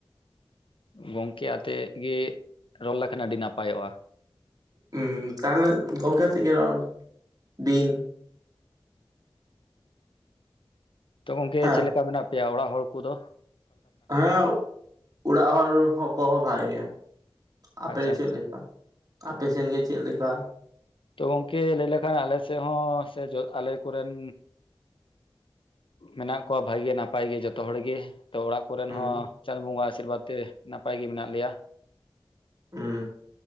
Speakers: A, on the left; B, on the right.
A: ᱜᱚᱝᱠᱮ ᱟᱛᱮᱫ ᱜᱮ ᱨᱚᱲ ᱞᱮᱠᱷᱟᱱ ᱟᱹᱰᱤ ᱱᱟᱯᱟᱭᱚᱜᱼᱟ
B: ᱦᱮᱸ ᱛᱟᱦᱞᱮ ᱜᱚᱝᱠᱮ ᱟᱛᱮᱫ ᱜᱮ ᱨᱚᱲ ᱵᱤᱱᱼᱼ
A: ᱛᱚ ᱜᱚᱝᱠᱮ
B: ᱦᱮᱸ
A: ᱪᱮᱫ ᱞᱮᱠᱟ ᱢᱮᱱᱟᱜ ᱯᱮᱭᱟ ᱚᱲᱟᱜ ᱦᱚᱲ ᱠᱚ ᱫᱚ
B: ᱦᱮᱸ ᱚᱲᱟᱜ ᱦᱚᱲ ᱦᱚᱸ ᱠᱚ ᱵᱷᱟᱜᱮ ᱜᱮᱭᱟ ᱟᱯᱮ
A: ᱟᱪᱪᱷᱟ
B: ᱜᱮ ᱪᱮᱫ
A: ᱟᱪᱪᱷᱟ
B: ᱞᱮᱠᱟ ᱟᱯᱮ ᱥᱮᱱ ᱜᱮ ᱪᱮᱫ ᱞᱮᱠᱟᱼᱼ
A: ᱛᱚ ᱜᱚᱝᱠᱮ ᱞᱟᱹᱭ ᱞᱮᱠᱷᱟᱱ ᱟᱞᱮ ᱥᱮᱫ ᱦᱚᱸ ᱥᱮ ᱟᱞᱮ ᱠᱚᱨᱮᱱ ᱢᱮᱱᱟᱜ ᱠᱚᱣᱟ ᱵᱷᱟᱜᱮ ᱜᱮ ᱱᱟᱯᱟᱭ ᱜᱮ ᱡᱚᱛᱚ ᱦᱚᱲ ᱜᱮ ᱛᱚ ᱚᱲᱟᱜ ᱠᱚᱨᱮᱱ
B: ᱦᱩᱸ
A: ᱦᱚᱸ ᱪᱟᱸᱫᱚ ᱵᱚᱸᱜᱟ ᱟᱥᱤᱨᱵᱟᱫᱽ ᱛᱮ ᱱᱟᱯᱟᱭ ᱜᱮ ᱢᱮᱱᱟᱜ ᱞᱮᱭᱟ
B: ᱦᱩᱸ